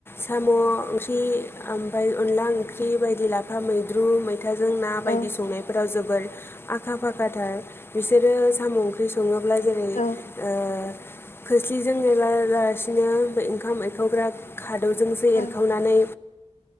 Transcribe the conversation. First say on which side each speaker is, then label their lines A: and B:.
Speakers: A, on the left (about 20°); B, on the left (about 85°).
A: साम' ओंख्रि ओमफ्राय अनला ओंख्रि बायदि लाफा मैद्रु खोथाजों ना
B: औ
A: बायदि संनायफोराव जोबथा आखा फाखाथार। बिसोरो साम' ओंख्रि सोङोब्ला
B: औ
A: खोस्लिजों नेेरालासिनो ओंखाम एखावग्रा खाद'जों जोंसो एरखावनानै
B: औ